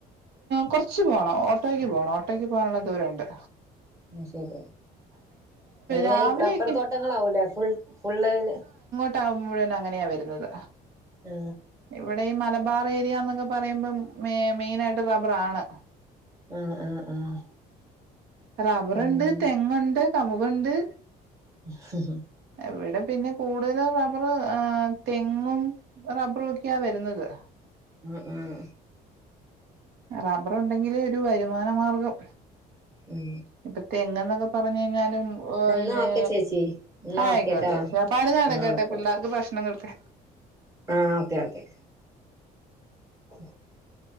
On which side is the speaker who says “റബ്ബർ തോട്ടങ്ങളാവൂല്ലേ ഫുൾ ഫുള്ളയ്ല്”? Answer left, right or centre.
Right